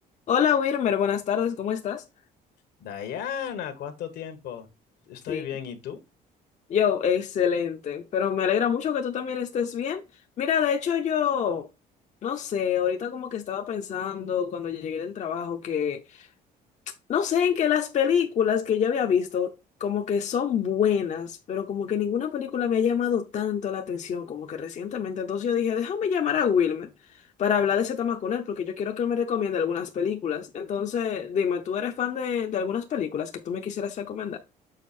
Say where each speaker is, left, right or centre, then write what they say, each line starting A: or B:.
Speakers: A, on the left; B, on the left.
A: Hola Wilmer, buenas tardes, ¿cómo estás?
B: Diana, ¿cuánto tiempo? Estoy
A: Sí,
B: bien, ¿y tú?
A: yo, excelente, pero me alegra mucho que tú también estés bien. Mira, de hecho yo, no sé, ahorita como que estaba pensando cuando llegué del trabajo que, no sé, en que las películas que yo había visto como que son buenas, pero como que ninguna película me ha llamado tanto la atención como que recientemente. Entonces yo dije, déjame llamar a Wilmer para hablar de ese tema con él, porque yo quiero que él me recomiende algunas películas. Entonces, dime, ¿tú eres fan de, de algunas películas que tú me quisieras recomendar?